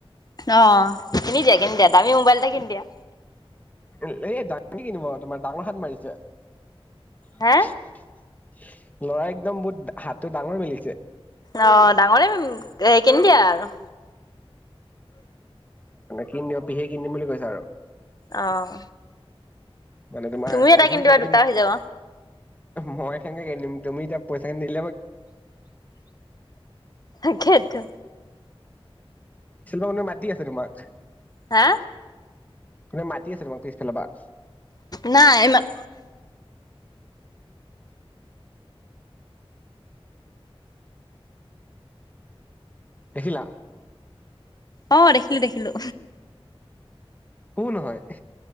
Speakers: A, on the left; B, on the left.
A: অ' কিনি দিয়া দিয়া দমি মোবাইলটা কিনি দিয়া
B: এ দাঙ কিনিব তোমাৰ ডাঙৰ হাত মাৰিছে
A: হা
B: <inaudible> লৰা একদম বহুত হাতটো ডাঙৰ মেলিছে
A: অ ডাঙৰে কিন দিয়া আৰু
B: কিন দিম পিহে কিন দিম বুলি কৈছ আৰু
A: আহ
B: মানে তোমাৰ
A: তুমিও এটা
B: আইফোন
A: কিনি দিবা
B: চেভেনটিন
A: দুটা হৈ যাব।
B: মই কেনেকে কিনিম তুমি এতিয়া পইচাখিনি <inaudible>
A: তাকেইতো
B: <inaudible> <unintelligible> মাতি আছে তোমাক।
A: হা?
B: <unintelligible> মাতি আছে তোমাৰ পিছফালৰ পৰা।
A: নাই ইমান
B: দেখিলা
A: অ দেখিলো, দেখিলো।
B: কোন হয়?